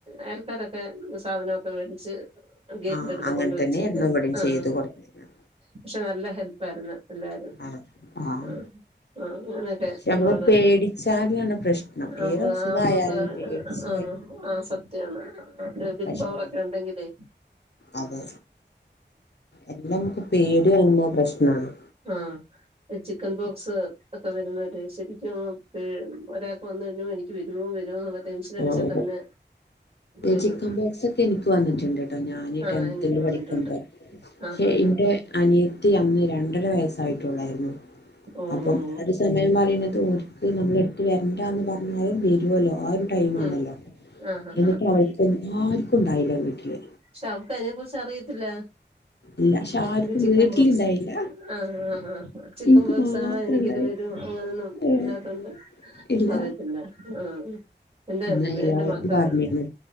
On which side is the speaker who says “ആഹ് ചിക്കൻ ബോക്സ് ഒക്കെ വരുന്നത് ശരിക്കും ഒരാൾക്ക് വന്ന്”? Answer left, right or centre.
Right